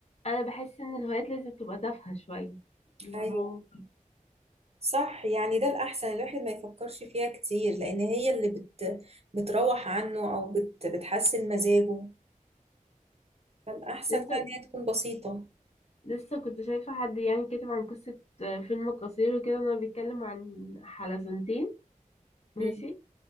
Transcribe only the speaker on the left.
انا بحس ان الهوايات لازم تبقى تافهه شويه اللي
هو
لسه
لسه كنت شايفة حد يعني كاتب عن قصة آه، فيلم قصير وكده إن هو بيتكلم عن حلزونتين ماشي